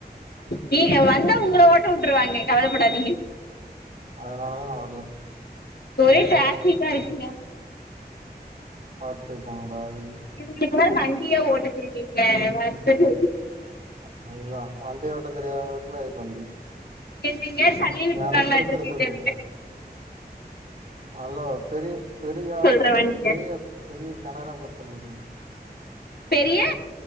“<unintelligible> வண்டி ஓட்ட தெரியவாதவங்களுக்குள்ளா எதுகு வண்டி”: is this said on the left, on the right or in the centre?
Right